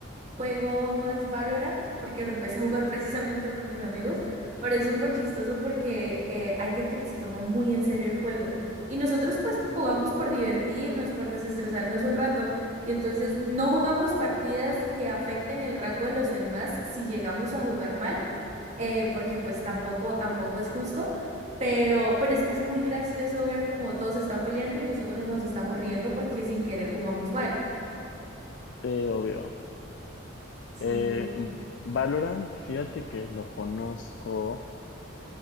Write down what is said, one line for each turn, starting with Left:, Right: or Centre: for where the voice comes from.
Right: Juego más Valorant porque lo empecé a jugar <laughs> precisamente por mis amigos, pero es súper chistoso porque eh, hay gente que se toma muy en serio el juego y nosotros pues jugamos por divertirnos, por desestresarnos un rato y entonces no jugamos partidas que afecten el rango de los demás si llegamos a jugar mal, eh, porque pues tampoco, tampoco es justo. Pero, pero es que es muy gracioso ver cómo todos están peleando y nosotros nos estamos riendo porque sin querer jugamos mal.
Left: Sí, obvio.
Right: Sí.
Left: Eh, Valorant, fíjate que lo conozco.